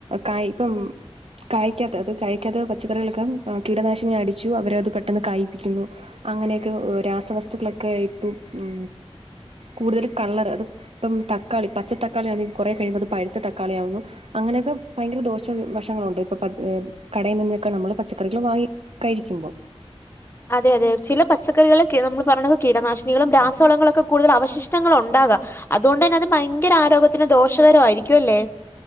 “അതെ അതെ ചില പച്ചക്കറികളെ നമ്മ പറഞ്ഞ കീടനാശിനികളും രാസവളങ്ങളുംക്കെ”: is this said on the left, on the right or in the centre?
Left